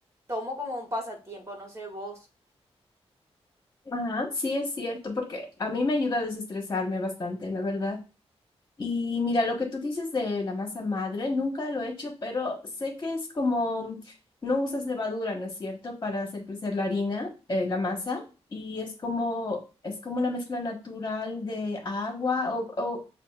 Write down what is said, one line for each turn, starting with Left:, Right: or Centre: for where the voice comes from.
Right: tomo como un pasatiempo, no sé vos.
Left: Ajá, sí es cierto, porque a mí me ayuda a desestresarme bastante, la verdad. Y mira, lo que tú dices de la masa madre, nunca lo he hecho, pero sé que es como, no usas levadura, ¿no es cierto?, para hacer crecer la harina, eh, la masa, y es como, es como una mezcla natural de agua, o, o